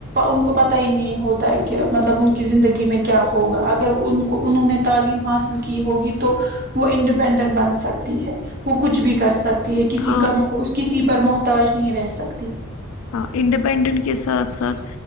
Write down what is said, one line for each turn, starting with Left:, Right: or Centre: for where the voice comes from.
Right: ان کو پتہ ہی نہیں ہوتا ہے کہ مطلب ان کی زندگی میں کیا ہوگا اگر ان کو انہوں نے تعلیم حاصل کی ہوگی تو وہ انڈیپینڈنٹ بن سکتی ہے وہ کچھ بھی کر سکتا یہ کسی
Left: ہاں
Right: کا اس کسی پر محتاج نہیں رہ سکتی
Left: ہاں انڈیپینڈنٹ کے ساتھ ساتھ